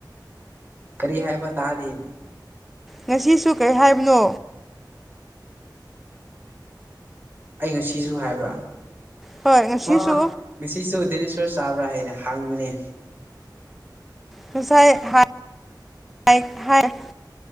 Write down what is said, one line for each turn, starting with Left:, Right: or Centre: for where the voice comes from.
Right: ꯀꯔꯤ ꯍꯥꯏꯕ ꯇꯥꯗꯦꯅꯦ
Centre: ꯉꯁꯤꯁꯨ ꯀꯔꯩ ꯍꯥꯏꯕꯅꯣ
Right: ꯑꯩ ꯉꯁꯤꯁꯨ ꯍꯥꯏꯕ꯭ꯔꯥ
Centre: ꯍꯣꯏ ꯉꯁꯤꯁꯨ
Right: ꯑꯣ ꯉꯁꯤꯁꯨ ꯗꯦꯅꯦꯁꯣꯔ ꯆꯥꯕ꯭ꯔꯥ ꯍꯥꯏꯅ ꯍꯡꯕꯅꯦ
Centre: ꯉꯁꯥꯏ <unintelligible> ꯍꯥꯏ